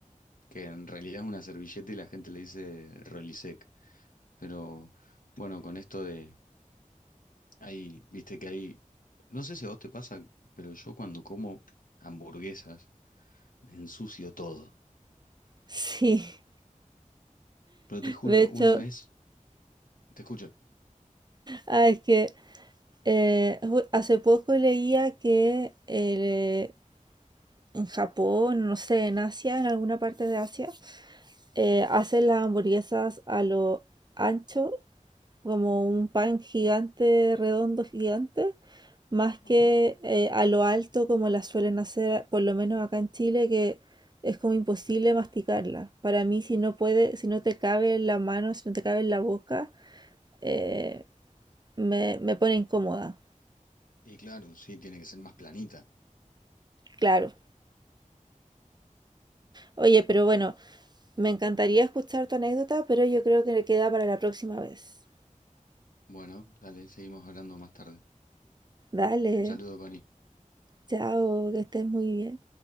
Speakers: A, on the left (about 80°); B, on the right (about 30°).
A: que en realidad es una servilleta y la gente le dice Rolisec. Pero bueno, con esto de, hay, viste que hay, no sé si a vos te pasa, pero yo cuando como hamburguesas me ensucio todo.
B: Sí,
A: Pero te juro,
B: <laughs> de hecho,
A: una vez, te escucho.
B: ah, es que eh, ju- hace poco leía que el, eh, en Japón, no sé, en Asia, en alguna parte de Asia, eh, hacen las hamburguesas a lo ancho, como un pan gigante, redondo gigante, más que
A: Ajá.
B: eh, a lo alto como las suelen hacer, por lo menos acá en Chile, que es como imposible masticarla. Para mí, si no puede, si no te cabe en la mano, si no te cabe en la boca, eh, me, me pone incómoda,
A: Y claro, sí, tiene que ser más planita.
B: claro. Oye, pero bueno, me encantaría escuchar tu anécdota, pero yo creo que le queda para la próxima vez.
A: Bueno, dale, seguimos hablando más tarde.
B: Dale,
A: Un saludo, Connie.
B: chao, que estés muy bien.